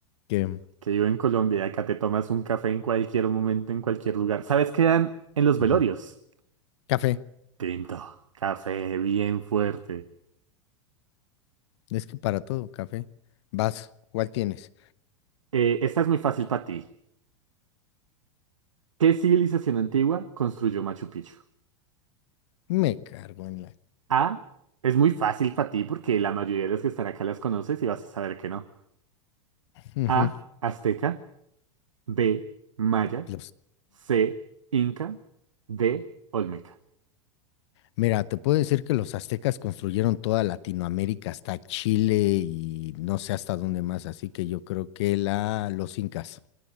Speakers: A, on the left (about 60°); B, on the right (about 85°).
A: Que,
B: Que yo en Colombia y acá te tomas un café en cualquier momento, en cualquier lugar. ¿Sabes qué dan en los velorios?
A: ujú, Café,
B: Tinto, café bien fuerte.
A: es que para todo, café. Vas, ¿cuál tienes?
B: Eh, esta es muy fácil para ti. ¿Qué civilización antigua construyó Machu Picchu?
A: Me cargo en la...
B: A. Es muy fácil para ti porque la mayoría de las que están acá las conoces y vas a saber que no.
A: ujú,
B: A. Azteca. B. Maya.
A: Los...
B: C. Inca. D. Olmeca.
A: Mira, te puedo decir que los aztecas construyeron toda Latinoamérica hasta Chile y no sé hasta dónde más, así que yo creo que la, los incas.